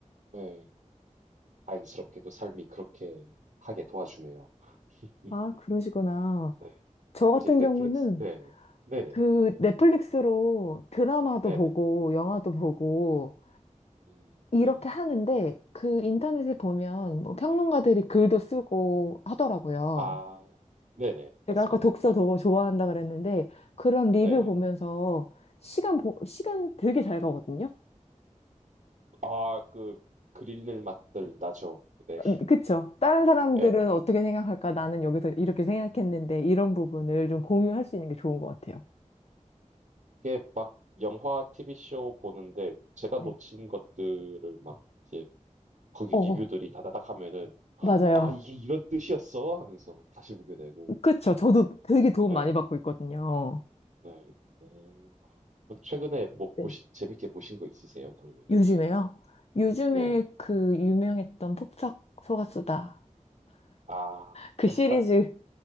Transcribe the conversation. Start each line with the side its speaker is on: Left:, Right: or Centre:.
Right: 예, 다행스럽게도 삶이 그렇게 하게 도와주네요 음,
Left: 아, 그러시구나.
Right: 네.
Left: 저
Right: 어,
Left: 같은
Right: 이제 넷플릭스
Left: 경우는
Right: 네 네네
Left: 그 넷플릭스로 드라마도
Right: 네네
Left: 보고, 영화도 보고,
Right: 음,
Left: 이렇게
Right: 네네
Left: 하는데 그 인터넷에 보면 뭐 평론가들이 글도 쓰고 하더라고요.
Right: 아 네네
Left: 제가
Right: 맞습니다
Left: 아까 독서
Right: 뭐,
Left: 더 좋아한다 그랬는데 그런 리뷰
Right: 네.
Left: 보면서 시간 보, 시간 되게 잘 가거든요.
Right: 아, 그 그릴 맛들 나죠 네
Left: 음, 그쵸? 다른 사람들은
Right: 예,
Left: 어떻게 생각할까? 나는 여기서 이렇게 생각했는데 이런 부분을 좀 공유할 수 있는 게 좋은 것 같아요.
Right: 이게 막 영화 TV쇼 보는데 제가
Left: 네.
Right: 놓친 것들을 막 이제 거기
Left: 어,
Right: 리뷰들이 다다닥 하면은
Left: 맞아요.
Right: '아 이게 이런 뜻이었어?' 하면서 막 다시 보게 되고.
Left: 그쵸? 저도 되게 도움
Right: 네.
Left: 많이 받고 있거든요.
Right: 네. 오. 그 최근에 뭐
Left: 네.
Right: 보신 재밌게 보신 거 있으세요 그러면은?
Left: 요즘에요? 요즘에
Right: 네.
Left: 그 유명했던 폭삭 속았수다.
Right: 아.
Left: 그 시리즈
Right: 예.